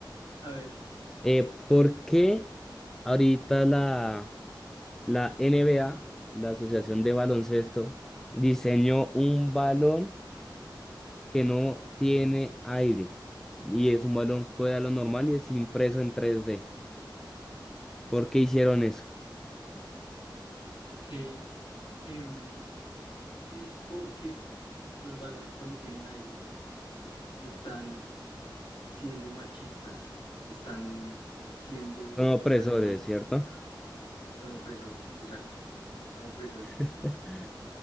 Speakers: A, on the left; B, in the centre.
A: A ver,
B: Eh, ¿por qué ahorita la La NBA, la Asociación de Baloncesto, diseñó un balón que no tiene aire y es un balón fuera de lo normal y es impreso en tres d ¿Por qué hicieron eso?
A: ok. em, es porque los balones cuando tienen aire están siendo machistas, están siendo,
B: Son opresores,
A: están siendo
B: ¿cierto?
A: Son opresores, exacto. Son opresores.
B: <laughs>